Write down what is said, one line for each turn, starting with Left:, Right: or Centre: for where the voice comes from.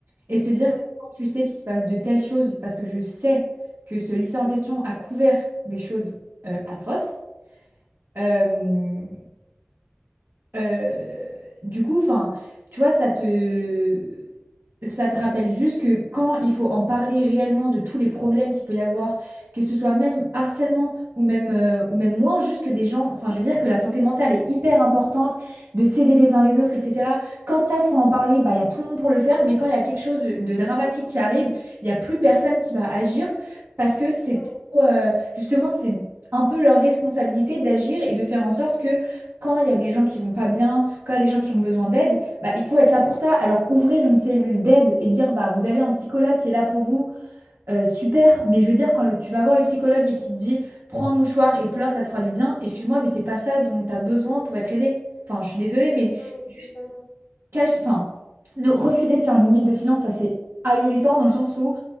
Right: et se dire
Left: Ouais,
Right: que quand tu sais qu'il se passe de telles choses parce que je sais que ce lycée en question a couvert des choses euh, atroces euh, euh, du coup, enfin, tu vois, ça te, ça te rappelle juste que quand il faut en parler réellement de tous les problèmes qu'il peut y avoir, que ce soit même harcèlement ou même, euh, ou même moins, juste que des gens, enfin, je veux dire que la santé mentale est hyper importante, de s'aider les uns les autres, etc. Quand ça, faut en parler, bah, il y a tout le monde pour le faire, mais quand il y a quelque chose de, de dramatique qui arrive, il n'y a plus personne qui va agir parce que c'est,
Left: ouais.
Right: euh, justement, c'est un peu leur responsabilité d'agir et de faire en sorte que quand il y a des gens qui vont pas bien, quand il y a des gens qui ont besoin d'aide, bah, il faut être là pour ça. Alors ouvrir une cellule d'aide et dire bah vous avez un psychologue qui est là pour vous, euh, super, mais je veux dire quand le- tu vas voir le psychologue et qu'il te dit prends un mouchoir et pleure, ça te fera du bien, excuse-moi, mais c'est pas ça dont tu as besoin pour être aidé. Enfin, je suis désolée, mais
Left: Non, mais
Right: juste
Left: évidemment.
Right: cache, enfin, ne refuser de faire une minute de silence, ça c'est ahurissant dans le sens où